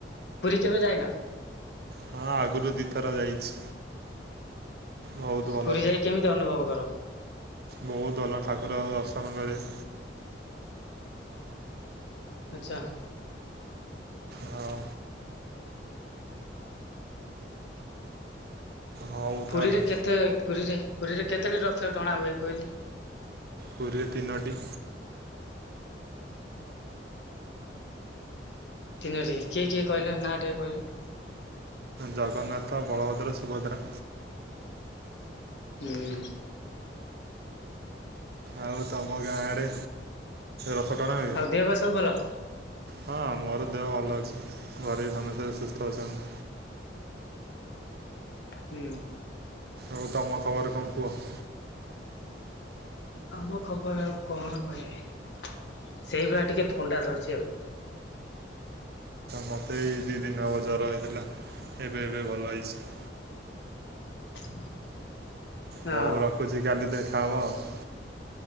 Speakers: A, on the left; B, on the right.
A: ପୁରୀ କେବେ ଯାଇନ?
B: ହଁ ଆଗରୁ ଦିଥର ଯାଇଛି। ବହୁତ୍ ଭଲ
A: ପୁରୀ ଯାଇ କେମିତି ଅନୁଭବ କର?
B: ବହୁତ୍ ଭଲ ଠାକୁର ଙ୍କ ଦର୍ଶନ କରିବେ।
A: ଆଛା।
B: ହଉ। ହଉ
A: ପୁରୀରେ
B: ତାହେଲେ
A: କେତେ ପୁରୀରେ ପୁରୀରେ କେତେଟି ରଥ ଟଣା ହୁଏ କହିଲ?
B: ପୁରୀ ରେ ତିନୋଟି।
A: ତିନଟି କିଏ କିଏ କହିଲ ନା ଟିକେ କହିଲ?
B: ଜଗନ୍ନାଥ, ବଳଭଦ୍ର, ସୁଭଦ୍ରା।
A: ହୁଁ।
B: ଆଉ ତମ ଗାଁଆ ଆଡେ ରଥ ଟଣା ହୁଏ।
A: ଆଉ ଦେହ ବା ସବୁ ଭଲ।
B: ହଁ ମୋର ଦେହ ଭଲ ଅଛି ଘରେ ବି ସମସ୍ତେ ସୁସ୍ଥ ଅଛନ୍ତି।
A: ହୁଁ।
B: ଆଉ ତମ ଖବର୍ କଣ କୁହ?
A: ଆମ ଖବର୍ ଆଉ କଣ କହିବି ସେଇପା ଟିକେ ଥଣ୍ଡା ଧରିଛି ଆଉ
B: ମତେ ବି ଏ ଦୁଇ ଦିନ ହେବ ଜର ହେଇଥିଲା ଏବେ ଏବେ ଭଲ ହେଇଛି।
A: <unintelligible> ହଁ
B: ହଉ ରଖୁଛି କାଲି ଦେଖାହେବା ଆଉ।